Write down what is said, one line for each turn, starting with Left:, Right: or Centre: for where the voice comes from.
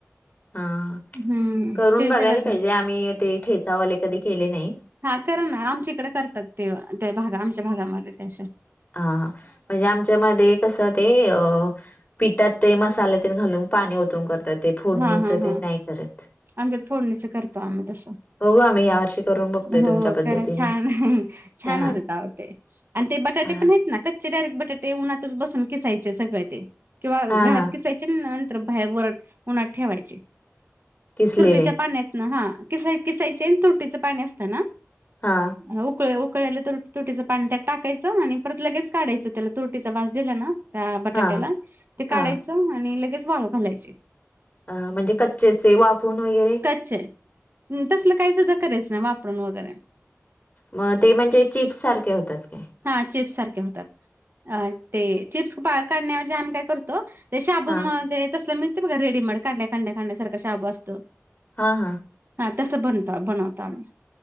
Left: हा
Right: हम्म
Left: करून
Right: स्टीलच्या
Left: बघायला
Right: डब्यात
Left: पाहिजे. आम्ही ते ठेचावाले कधी केले नाही.
Right: हा करा ना आमच्या इकडे करतात. ते त्या भागा आमच्या भागामध्ये तस.
Left: हा ह म्हणजे आमच्या मध्ये कस ते अ पिठात ते मसाले ते घालून पाणी ओतून करतात. ते फोडणीच
Right: हां हां
Left: ते
Right: हां
Left: नाही करत.
Right: आमच्यात फोडणीच करतो आम्ही तसं.
Left: बघू आम्ही ह्या वर्षी करून बघतोय
Right: हो
Left: तुमच्या पद्धतीने
Right: करा छान, छान
Left: हा
Right: होतेत आवो ते. आण ते बटाटे
Left: हा
Right: पण आहेत ना कच्चे डायरेक्ट बटाटे उन्हातच बसून कीसायचे सगळ ते. किंवा घरात
Left: हा हा
Right: किसायचे नंतर बाहेर वर उन्हात ठेवायचे.
Left: किसलेले
Right: तूरटीच्या पाण्यात ना, हा किसा किसायचे तुरटीच पाणी असत ना.
Left: हा.
Right: मग उकळल्या उकळल्या, लई तुर तुरटीच पाणी त्यात टाकायचं आणि परत लगेच काढायचं त्याला तुरटीचा वास दिला ना. त्या बटाट्याला,
Left: हा
Right: ते काढायचं
Left: हा
Right: आणि लगेच वाळू घालायचे.
Left: अ म्हणजे कच्चेच आहे. वाफवून वगैरे.
Right: कच्चे. तसलं काही सुद्धा करायचं, वापरून वगैरे.
Left: मग ते म्हणजे चिप्स सारखे होतात.
Right: हा चिप्स सारखे होतात. अ ते चिप्स काढण्या ऐवजी आम्ही काय करतो ते शाबूमध्ये
Left: हा
Right: तसला मिळते बघा, रेडीमेड काढल्या कांड्या कांड्या सारखा शाबू असतो.
Left: हा हा.
Right: हा. तसं बनत बनवतो आम्ही.